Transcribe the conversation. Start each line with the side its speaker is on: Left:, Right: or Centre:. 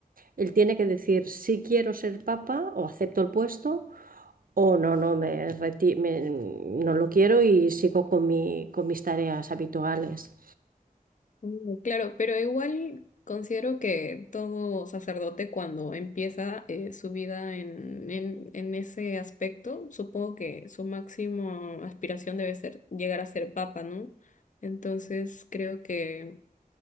Right: Él tiene que decir si quiero ser papa o acepto el puesto o no, no, me, reti- me- no lo quiero y sigo con mi, con mis tareas habituales.
Left: Mm, Claro, pero igual considero que todo sacerdote cuando empieza eh, su vida en, en, en ese aspecto, supongo que su máxima aspiración debe ser llegar a ser papa, ¿no? Entonces creo que